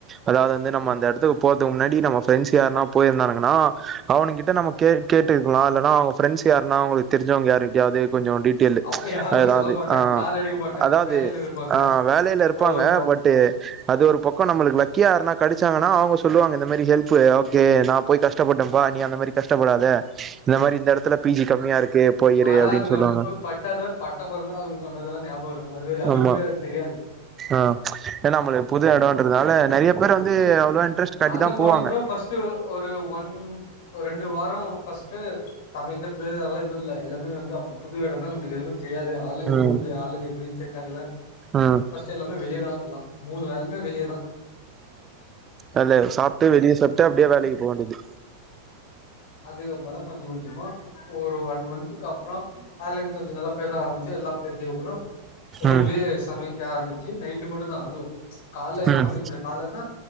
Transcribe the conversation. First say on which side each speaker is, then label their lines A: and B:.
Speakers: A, on the right; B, on the left.
A: அதாது வந்து நம்ம
B: ஆமா
A: அந்த எடத்துக்கு போர்துக்கு முன்னாடி நம்ம ஃப்ரெண்ட்ஸ் யார்னா போயிந்தாங் ன்னா அவனு கிட்ட நம்ம கே கேட்டுக்கலா இல்லனா ஃபிரெண்ட்ஸ் யார்னா அவுங்களுக்கு தெரிஞ்சவங்க யார்கிட்டயாவது கொஞ்சோ டீடைலு
B: அப்ப யாரு
A: எதாது
B: சொல்ல மாட்டாங்க
A: ஆ
B: கால் எடுக்க மாட்டாங்க
A: அதாது
B: வேலையில இருப்பாங்க
A: ஆ வேலையில இருப்பாங்க
B: அது ஒரு ப்ராப்
A: பட்டு
B: ப்ராப்ளம்
A: அது ஒரு பக்கோ நம்மளுக்கு லக்கியா யார்னா கெடைச்சாங்கன்னா அவுங்க சொல்லுவாங்க இந்த மாரி ஹெல்ப்பு ஓகே நா போய் கஷ்டப்பட்டே பா நீ அந்த மாரி கஷ்டப்படாத இந்த மாரி எடத்துல பி ஜி கம்மியா இருக்கு போயிரு
B: ஆனா
A: அப்டின்னு
B: அது
A: சொல்லுவாங்க
B: நம்ம போய் பட்டாத பட்ட போற தா அவங்க சொன்னதெல்லா ஞாபகம் வரு அது வரை- அதுக்கு
A: ஆமா
B: முன்னாடி அது தெரியாது
A: ஆ ஏனா நம்மளுக்கு புது எடோன்றதுனால நெறைய <unintelligible> அவ்ளவா இன்ட்ரெஸ்ட் காட்டிதா
B: அங்க போனப்றோ
A: போவாங்க
B: பஸ்ட்டு ஒரு ஒன் ரெண்டு வா ஃபஸ்ட்டு சமைக்கிறது அதல்லா எதுவு இல்ல எல்லாமே வந்து அப்ப புது எடோ தா நம்மளுக்கு எதுமே தெரியாது ஆளுங்க
A: ம்
B: ரூம்ல ஆளுங்க எப்டின்னு செட் ஆகல
A: ம்
B: ஃபர்ஸ்ட் எல்லாமே வெளிய தா எல்லா மூணு வேலயுமே வெளிய தா
A: அல்ல சாப்ட்டு வெளிய சாப்ட்டு அப்டியே வேலைக்கு போக வேண்டியது
B: அதுக்கப்மா தா கொஞ்ச கொஞ்சமா ஒரு ஒன் மந்த்துக்கு அப்றோ அலங் கொஞ்சோ நல்லா பேச ஆரம்பிச்சு எல்லா தெரிஞ்சவங்களு ரூம்லே
A: ம்
B: சமைக் க்க ஆரம்மிச்சி நைட்டு மட்டு தா அதுவும் காலைல எதுவு
A: ம்
B: சமைக்க முடியாது காலைன்னா